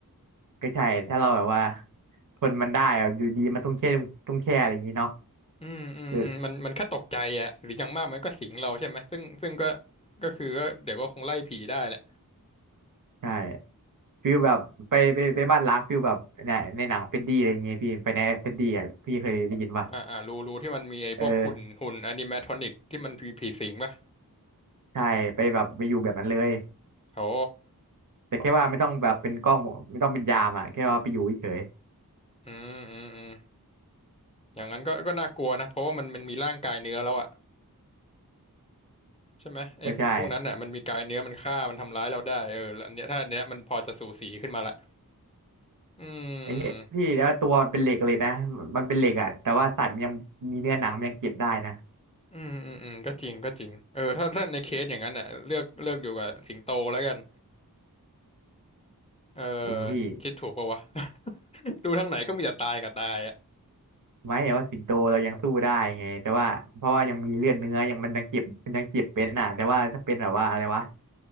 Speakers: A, on the right; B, on the left.
A: ก็ใช่ถ้าเราแบบว่าทนมันได้อะอยู่ดีมันต้องแช่ต้องแช่อะไรอย่างนี้เนาะ
B: อืมอืมอืมมันมันแค่ตกใจอ่ะหรืออย่างมากมันก็สิงเราใช่ไหมซึ่งซึ่งก็
A: เออ
B: ก็คือก็เดี๋ยวก็คงไล่ผีได้แหละ
A: ใช่ฟิลแบบไปไปไปบ้านล้างฟิลแบบในในหนังเฟรดดี้อะไรอย่างเงี้ยพี่ไปในเฟรดดี้อ่ะพี่เคยได้ยินป่ะ
B: อ่าอ่ารูรูที่มันมีไอ้พวกหุ่นหุ่นอนิเมทรอนิกที่มันผีผีสิงป่ะ
A: เออใช่ไปแบบไปอยู่แบบนั้นเลย
B: โอ้
A: แต่แค่ว่าไม่ต้องแบบเป็นกล้องไม่ต้องเป็นยามอ่ะแค่ว่าไปอยู่เฉย
B: อืมอืมอืมอย่างนั้นก็ก็น่ากลัวนะเพราะว่ามันมันมีร่างกายเนื้อแล้วอะใช่ไหมไอ้หุ่นพวกนั้นน่ะมันมีกายเนื้อมันฆ่ามันทำร้ายเราได้เออแล้วอันเนี้ยถ้าอันเนี้ยมันพอจะสูสีขึ้นมาละ
A: ๆก็ใช่
B: อื
A: ไอ้เหี้ยพี่แต่ว่าตัวมันเป็นเหล็กเลยนะมันเป็นเหล็กอ่ะแต่ว่าสัตว์มันยังมีเนื้อหนังมันยังเก็บได้นะ
B: มอืมอืมอืมก็จริงก็จริงเออถ้าถ้าในเคสอย่างนั้นน่ะเลือกเลือกอยู่กับสิงโตแล้วกันเออ
A: จริงพี่
B: คิดถูกปะวะ <laughs> ดูทางไหนก็มีแต่ตายกับตายอะ
A: ไม่แต่ว่าสิงโตเรายังสู้ได้ไงแต่ว่าเพราะว่ายังมีเลือดเนื้อยังมันยังเก็บมันยังเก็บเป็นอ่ะแต่ว่าถ้าเป็นแบบว่าอะไรวะ